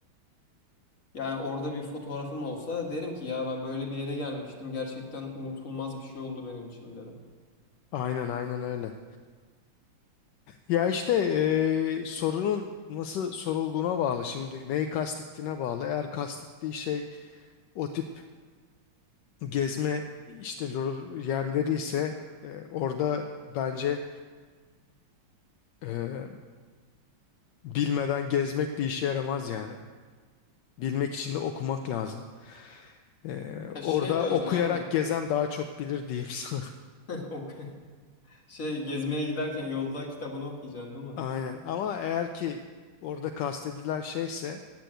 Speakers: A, on the left; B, on the left.
A: yani orada bir fotoğrafım olsa derim ki ya ben böyle bir yere gelmiştim. Gerçekten unutulmaz bir şey oldu benim için derim.
B: Aynen aynen öyle. Ya işte eee, sorunun nasıl sorulduğuna bağlı şimdi. Neyi kastettiğine bağlı. Eğer kastettiği şey O tip gezme işte lor- yerleri ise e, orada bence e, bilmeden gezmek bir işe yaramaz yani. Bilmek için de okumak lazım. E, orada
A: Ya şey de öyle
B: okuyarak
A: aynen.
B: gezen daha çok bilir diyeyim <laughs> sana.
A: <laughs> Ok. Şey gezmeye giderken yolda kitabını okuyacaksın değil mi?
B: Aynen. Ama eğer ki orada kastedilen şeyse